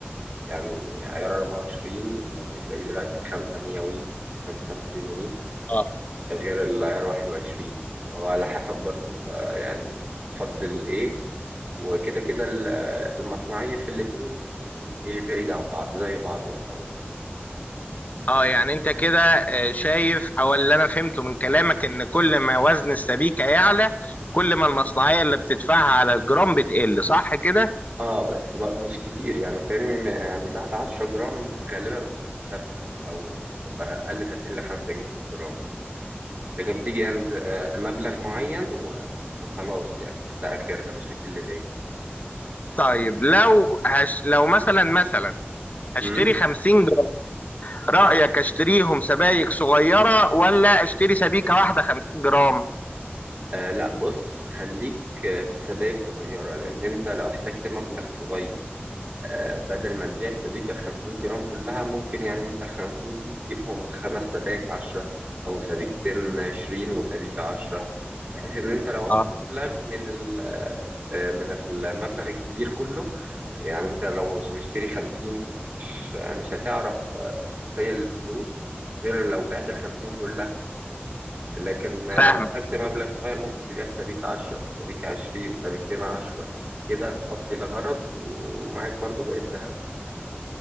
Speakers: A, on the right (about 45°); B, on the left (about 40°).
A: يعني عيار أربعة وعشرين ممكن تلاقيه دلوقتي بخمسة مية وي خمسة ميتين وي
B: اه
A: غير العيار واحد وعشرين وعلى حسب برضه أنت يعني بتفضل إيه وكده كده ال- المصنعية في الاتنين مش بعيدة عن بعض زي بعض يعتبر
B: اه يعني انت كده آه، شايف او اللي انا فهمته من كلامك ان كل ما وزن السبيكة يعلى كل ما المصنعية اللي بتدفعها على الجرام بتقل صح كده؟
A: اه بس بقى مش كتير يعني فاهمني م- يعني بعد 10 جرام غالبا بتبقى ثابتة او لو قلت هتقل 5 جنيه في الجرام لكن بتيجي عند آه، مبلغ معين و- وخلاص يعني ده اخرها مش بتقل تاني
B: طيب لو هش... لو مثلا مثلا هشتري
A: مم.
B: 50 جرام رأيك اشتريهم سبايك صغيرة ولا اشتري سبيكة واحدة 50 جرام؟
A: آه لا بص خليك آه، في سبائك صغيرة لان انت لو احتجت مبلغ صغير آه، بدل ما تبيع السبيكة الخمسين جرام كلها ممكن يعني أنت الخمسين دي تجيبهم خمس سبايك عشرة أو سبيكتين عشرين وسبيكة عشرة بحيث إن أنت لو عوزت
B: اه
A: مبلغ من ال- آه، من المبلغ الكبير كله يعني أنت لو مشتري خمسين مش مش هتعرف آه، تسيل الفلوس غير لو بعت الخمسين كلها لكن لو
B: فاهم
A: احتجت مبلغ صغير ممكن تبيع سبيكة عشرة سبيكة عشرين سبيكتين عشرة كده تقضي الغرض ومعاك برضو بقيت ذهب